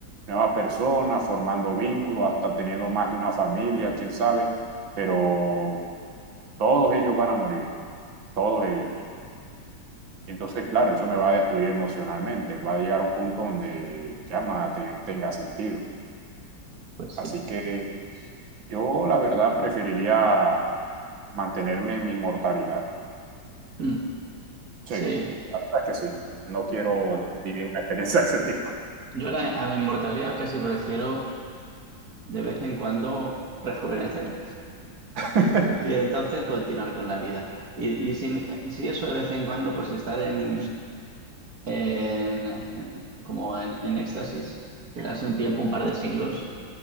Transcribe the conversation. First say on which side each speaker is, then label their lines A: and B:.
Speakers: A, on the right; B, on the right.
A: nuevas personas, formando vínculos, hasta teniendo más de una familia, quién sabe, pero todos ellos van a morir, todos ellos. Entonces, claro, eso me va a destruir emocionalmente, va a llegar a un punto donde ya nada te- tenga sentido.
B: pues sí.
A: Así que Yo, la verdad, preferiría mantenerme en mi mortalidad.
B: Mm,
A: Sí,
B: sí.
A: la verdad es que sí. No quiero
B: Ah,
A: vivir una experiencia de ese tipo.
B: Yo la- a la inmortalidad casi prefiero de vez en cuando rejuvenecer
A: <laughs>
B: <laughs> y entonces continuar con la vida. Y, y, si, y si eso de vez en cuando, pues estar en, en- en- como en, en éxtasis, quedarse un tiempo, un par de siglos,